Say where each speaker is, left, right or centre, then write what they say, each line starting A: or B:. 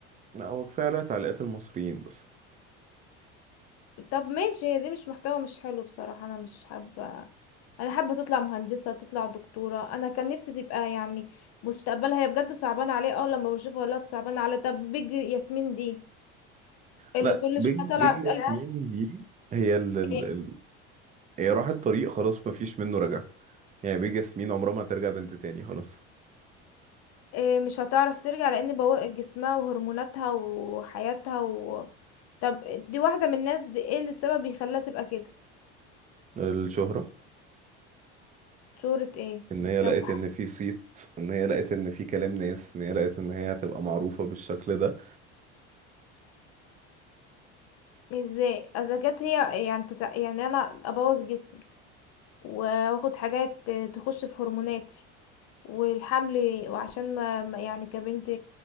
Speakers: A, on the right; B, on the left.
A: لا هو كفاية عليها تعليقات المصريين بس
B: طب ماشي هي دي مش محتوى مش حلو بصراحة أنا مش حابة أنا حابة تطلع مهندسة تطلع دكتورة أنا كان نفسي تبقى يعني مستقبلها هي بجد صعبانة عليه اه لما بشوفها والله صعبانة على طب بيج ياسمين دي اللي
A: لا
B: كل
A: بيج
B: شويه طالعه
A: بيج ياسمين
B: بتقول
A: دي هي ال ال
B: إيه
A: ال هي راحت طريق خلاص مفيش منه رجع يعني بيج ياسمين عمرها ما ترجع بنت تاني خلاص
B: إيه مش هتعرف ترجع لان بوق جسمها وهرموناتها وحياتها و... طب دي واحده من الناس دي ايه اللي السبب بيخليها تبقى كده
A: الشهرة
B: شهرة ايه
A: ان هي لقت
B: طب
A: ان في صيت ان هي لقت ان في كلام ناس ان هي لقت ان هي هتبقى معروفة بالشكل ده
B: ازاي اذا كانت هي يعني تتع... يعني انا ابوظ جسمي واخد حاجات تخش في هرموناتي والحمل وعشان ما ما- يعني كبنت